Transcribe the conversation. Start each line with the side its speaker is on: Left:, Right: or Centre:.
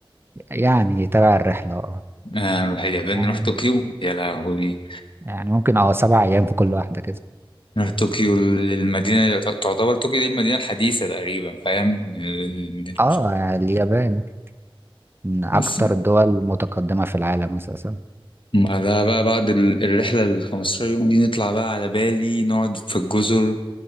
Right: يعني تبع الرحلة اه
Left: آه، نروح اليابان
Right: يعني
Left: نروح طوكيو يا لهوي
Right: يعني ممكن اه سبع ايام في كل واحدة كده
Left: نروح طوكيو المدينة تعتبر طوكيو دي المدينة الحديثة تقريبا فاهم من ال- من ال-
Right: اه اليابان من اكتر
Left: بس
Right: الدول متقدمة في العالم اساسا
Left: بعدها بقى بعد ال- الرحلة ال 15 يوم دي نطلع بقى على بالي نقعد في الجزر